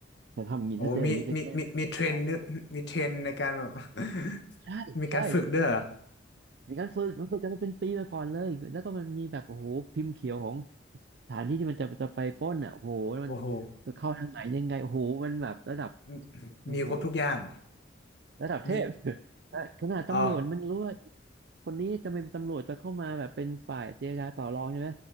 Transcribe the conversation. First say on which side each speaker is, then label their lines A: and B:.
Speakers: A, on the right; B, on the left.
A: แต่ทำอย่างนี้ถ้าเจออย่างนี้จะแก้ปัญหา
B: โอ้มีมีมีมีเทรนเนอร์มีเทรนในการแบบ <laughs>
A: ใช่ใช่
B: มีการฝึกด้วยเหรอ
A: มีการฝึกมันฝึกกันมาเป็นปีมาก่อนเลยแล้วก็มันมีแบบโอ้โหพิมพ์เขียวของ สถานที่ที่มันจะจะไปปล้นอ่ะโอ้โหมัน
B: โอ้โห
A: จะเข้าทางไหนยังไงโอ้โหมันแบบระดับ
B: มี
A: โอ้โห
B: มีครบทุกอย่าง
A: ระดับเทพ
B: มี
A: <laughs> และขนาดตำรวจมันรู้ว่า
B: อ๋อ
A: คนนี้จะเป็นตำรวจจะเข้ามาแบบเป็นฝ่ายเจรจาต่อรองใช่ไหม